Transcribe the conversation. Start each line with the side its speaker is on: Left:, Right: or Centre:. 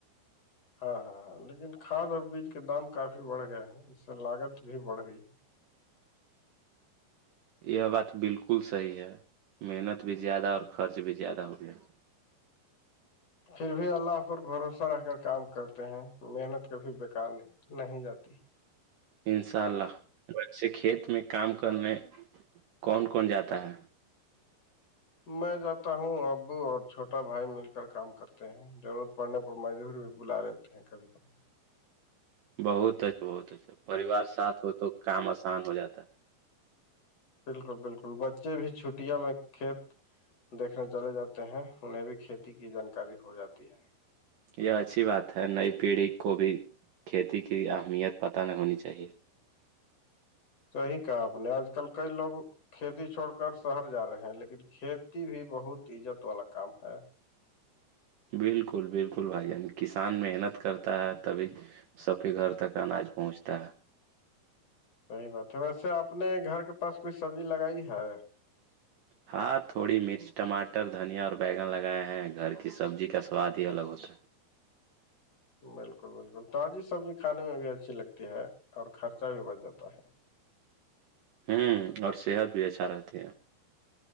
Left: ہاں ہاں ہاں لیکن کاد اور بیج کے دام کافی بڑھ گیا ہے اس سے لاگت بھی بڑھ گئی ہے
Right: یہ بات بالکل صحیح ہے محنت بھی زیادہ اور خرچ بھی زیادہ ہو گیا ہیں
Left: پھر بھی اللہ پر بھروسہ رہ کر کام کرتے ہیں محنت کبھی بیکار نہیں نہیں جاتی
Right: ان شاء اللہ ویسے کھیت میں کام کرنے کون کون جاتا ہے
Left: میں جاتا ہوں ابو اور چھوٹا بھائی مل کر کام کرتے ہیں ضرورت پڑنے اور مزدور بھی بلا لیتے ہیں کبھی کبھار
Right: بہت اچھا بہت اچھا پریوار ساتھ ہو تو کام آسان ہو جاتا ہے
Left: بالکل بالکل بچے بھی چھٹیاں میں کھیت دیکھنے چلے جاتے ہیں انہیں بھی کھیتی کی جانکاری ہو جاتی ہے
Right: یہ اچھی بات ہے نئی پیڑھی کو بھی کھیتی کی اہمیت پتہ نہیں ہونی چاہیے
Left: صحیح کہا آپ نے آج کل کئی لوگ کھیتی چھوڑ کر شہر جا رہے ہیں ہیں لیکن کھیتی بھی بہت عزت والا کام ہے
Right: بالکل بالکل بھائی جان کسان محنت کرتا ہے تبھی سب کے گھر تک اناج پہنچتا ہے
Left: صحیح بات ہے ویسے اپنے گھر کے پاس کوئی سبزی لگائی ہے
Right: ہاں تھوڑی مرچ ٹماٹر دھنیا اور بگن لگائے ہیں گھر کی سبزی کا سواد ہی الگ ہوتا ہے
Left: بالکل بالکل تازی سبزی کھانے میں بھی اچھی لگتی ہے اور خرچہ بھی بھ جاتا ہے
Right: ہوں اور صحت بھی اچھا رہتی ہے